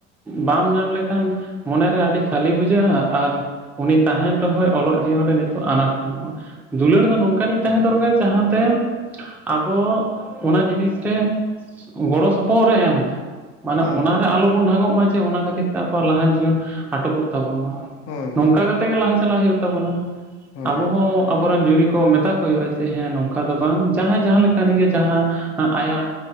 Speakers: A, in the centre; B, on the left (about 45°).
A: ᱵᱟᱢ ᱧᱟᱢ ᱞᱮᱠᱷᱟᱱᱼᱼ ᱢᱚᱱᱮᱨᱮ ᱟᱹᱰᱤ ᱠᱷᱟᱹᱞᱤ ᱵᱩᱡᱷᱟᱹᱜᱼᱟ ᱟᱨ ᱼᱼ ᱩᱱᱤ ᱛᱟᱦᱮᱱ ᱨᱮᱦᱚᱸᱭ ᱚᱞᱚᱜ ᱡᱤᱭᱚᱱ ᱨᱮ ᱱᱤᱛᱚᱜ ᱟᱱᱟᱴ ᱧᱟᱢᱚᱜᱼᱟ᱾ ᱫᱩᱞᱟᱹᱲ ᱫᱚ ᱱᱚᱝᱠᱟᱱᱤᱡ ᱛᱟᱦᱮᱸ ᱫᱚᱨᱠᱟᱨ ᱡᱟᱦᱟᱸᱛᱮ ᱟᱵᱚ ᱚᱱᱟ ᱡᱤᱱᱤᱥ ᱨᱮᱼᱼ ᱜᱚᱲᱚ ᱥᱚᱯᱚᱦᱚᱫ ᱨᱮ ᱮᱢ ᱢᱟᱱᱮ
B: ᱦᱮᱸ
A: ᱚᱱᱟᱨᱮ ᱟᱞᱚᱵᱚᱱ ᱰᱷᱟᱸᱜᱚᱜ ᱢᱟ, ᱚᱱᱟ ᱠᱷᱟᱹᱛᱤᱨ ᱛᱮ ᱟᱵᱚᱣᱟᱜ ᱞᱟᱦᱟᱱ ᱡᱤᱭᱚᱱ ᱟᱴᱚᱠᱚᱜ ᱛᱟᱵᱚᱱ ᱢᱟ
B: ᱦᱳᱭ
A: ᱱᱚᱝᱠᱟ
B: ᱦᱳᱭ
A: ᱠᱟᱛᱮ᱾ ᱛᱮᱜᱮ ᱞᱟᱦᱟ ᱪᱟᱞᱟᱜ ᱦᱩᱭᱩᱜ ᱛᱟᱵᱚᱱᱟ᱾
B: ᱦᱳᱭ
A: ᱟᱵᱚ ᱦᱚᱸ ᱟᱵᱚᱨᱮᱱ ᱡᱩᱨᱤ ᱠᱚ ᱢᱮᱛᱟ ᱠᱚ ᱦᱩᱭᱩᱜᱼᱟ ᱡᱮ ᱦᱮᱸ ᱱᱚᱝᱠᱟ ᱫᱚ ᱵᱟᱝ ᱡᱟᱦᱟᱸᱭ ᱡᱟᱦᱟᱸ ᱞᱮᱠᱟᱱ ᱜᱮ ᱡᱟᱦᱟᱸᱼᱼ ᱟᱭᱟᱜᱼᱼ